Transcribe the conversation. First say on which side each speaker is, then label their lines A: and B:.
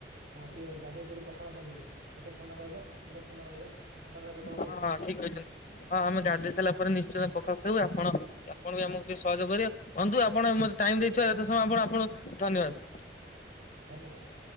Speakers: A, on the right; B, on the left.
A: ହଁ ଟିକଏ ଗାଧେଇ ପଡି ପଖାଳ ଖାଇ ଦିଅନ୍ତୁ ପେଟ ଥଣ୍ଡା ରହିବ ମୁଣ୍ଡ ଥଣ୍ଡା ରହିବ। ଥଣ୍ଡା ରହିବ ତମ
B: ଆଉ
A: ପେଟ।
B: ହଁ ହଁ ଠିକ କହିଛନ୍ତି। ହଁ ଆମେ ଗାଧେଇସଇଲା ପରେ ନିଶ୍ଚିତ ପଖାଳ ଖାଇବୁ ଆପଣ ଆପଣ ବି ଆମକୁ ଟିକେ ସହଜଯୋଗ କରିବେ। ବନ୍ଧୁ ଆ ଆପଣ ମତେ ଟାଇମ ଦେଇଥିବ ଏତେ ସମୟ ଆପଣ ଆପଙ୍କୁ ଧନ୍ୟବାଦ।
A: ଧନ୍ୟବାଦ।